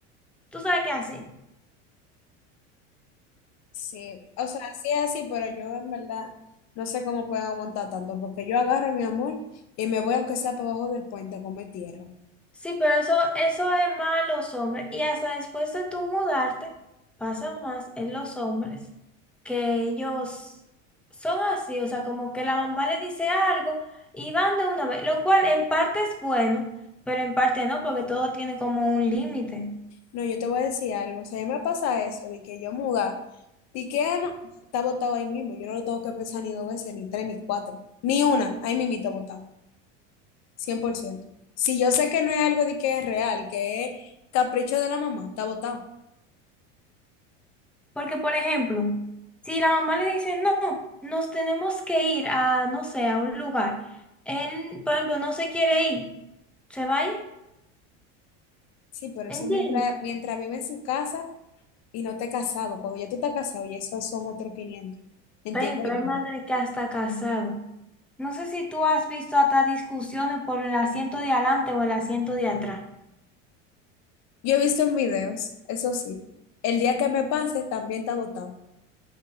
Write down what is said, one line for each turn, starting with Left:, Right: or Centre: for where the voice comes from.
Centre: Tú sabes qué hace.
Left: Sí, o sea, sí es así, pero yo en verdad no sé cómo pueden aguantar tanto, porque yo agarro mi amor y me voy aunque sea para abajo del puente a comer tierra.
Centre: Sí, pero eso, eso es más los hombres. Y hasta después de tú mudarte, pasa más en los hombres que ellos son así, o sea, como que la mamá les dice algo y van de una vez, lo cual en parte es bueno, pero en parte no, porque todo tiene como un límite.
Left: No, yo te voy a decir algo, o sea, a mí me pasa eso, de que yo muda, de que ah, no, está botado ahí mismo, yo no lo tengo que pensar ni dos veces, ni tres, ni cuatro, ni una, ahí mismito botado, 100%. Si yo sé que no es algo de que es real, que es capricho de la mamá, está botado.
Centre: Porque, por ejemplo, si la mamá le dice, no, nos tenemos que ir a, no sé, a un lugar, él, por ejemplo, no se quiere ir, se va a ir,
Left: Sí, pero
Centre: ¿entiendes?
Left: eso mientras, mientras vive en su casa. y no te has casado. Cuando ya tú estás casado, y esos son otros quinientos Entiendo
Centre: Ven, pero
Left: bien.
Centre: hay madre que hasta casada. No sé si tú has visto hasta discusiones por el asiento de adelante o el asiento de atrás.
Left: Yo he visto en videos, eso sí, el día que me pase también está votado.